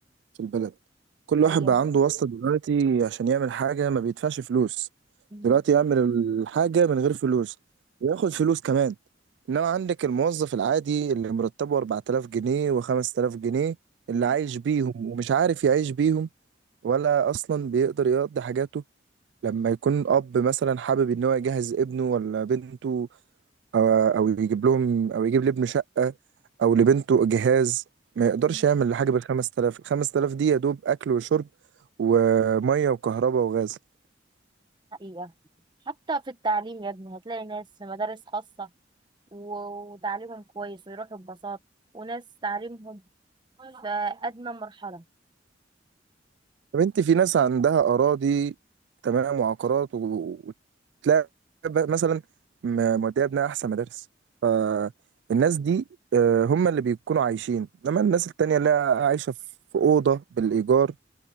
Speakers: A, on the right (about 70°); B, on the right (about 25°).
A: في البلد كل
B: حقيقة
A: واحد بقى عنده واسطة دلوقتي عشان يعمل حاجة ما بيدفعش فلوس
B: مم.
A: دلوقتي يعمل الحاجة من غير فلوس وياخد فلوس كمان انما عندك الموظف العادي اللي مرتبه 4000 جنيه و5000 جنيه اللي
B: مم.
A: عايش بيهم ومش عارف يعيش بيهم ولا اصلا بيقدر يقضي حاجاته لما يكون اب مثلا حابب ان هو يجهز ابنه ولا بنته او او يجيب لهم او يجيب لابنه شقه او لبنته جهاز ما يقدرش
B: مم.
A: يعمل حاجه بال 5000 ال 5000 دي يا دوب اكل وشرب وميه وكهرباء وغاز
B: حقيقة حتى في التعليم يا ابني هتلاقي ناس في مدارس خاصة و- وتعليمهم كويس ويروحوا ببساطة وناس تعليمهم في أدنى مرحلة
A: طب انت في ناس عندها اراضي تمام وعقارات و- وتلاقي ب- مثلا م- موديه ابنها احسن مدارس فالناس دي آه، هم اللي بيكونوا عايشين انما الناس التانية اللي عايشه في في اوضه بالايجار